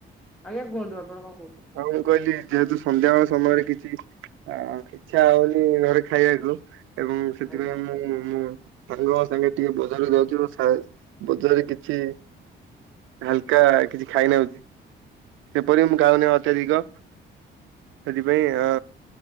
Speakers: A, in the centre; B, on the right (about 80°).
A: ଆଜ୍ଞା କୁହନ୍ତୁ ଆପଣ କଣ କହୁଥିଲେ?
B: ହଁ ମୁଁ କହିଲି ଯେହେତୁ ସନ୍ଧ୍ୟାବେଳ ସମୟରେ କିଛି ଆଁ ଇଚ୍ଛା ହଉନି ଘରେ ଖାଇବାକୁ ଏବଂ ସେଥିପାଇଁ
A: ଆଜ୍ଞା
B: ମୁଁ ମୁଁ ସାଙ୍ଗଙ୍କ ସାଙ୍ଗେ ଟିକେ ବଜାରକୁ ଯାଉଚି ସା- ବଜାରେ କିଛି ହାଲକା କିଛି ଖାଇ ନେଉଚି। ସେପରି ମୁଁ ଖାଉନି ଅତ୍ୟଧିକ, ସେଥିପାଇଁ ଆ